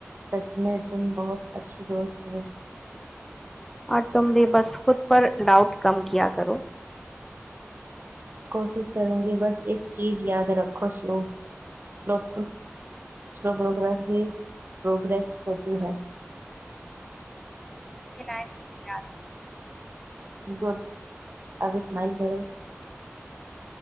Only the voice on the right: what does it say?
سچ میں تم بہت اچھی دوست ہو
کوشش کروں گی بس ایک چیز یاد رکھو وک سوکوس بھی پروگریس ہوتی ہے
گڈ اب اسمائل کرو